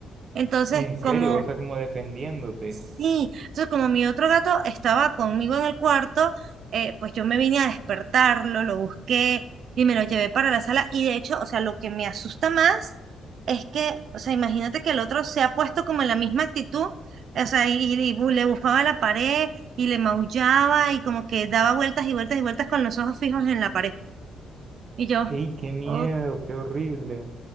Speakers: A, on the right; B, on the right.
A: Entonces,
B: En serio,
A: como,
B: o sea, como defendiéndote.
A: sí, entonces como mi otro gato estaba conmigo en el cuarto, eh, pues yo me vine a despertarlo, lo busqué y me lo llevé para la sala y de hecho, o sea, lo que me asusta más es que, o sea, imagínate que el otro se ha puesto como en la misma actitud, o sea, y, y bu- le bufaba a la pared y le maullaba y como que daba vueltas y vueltas y vueltas con los ojos fijos en la pared. Y yo,
B: Ey, qué miedo,
A: ok.
B: qué horrible.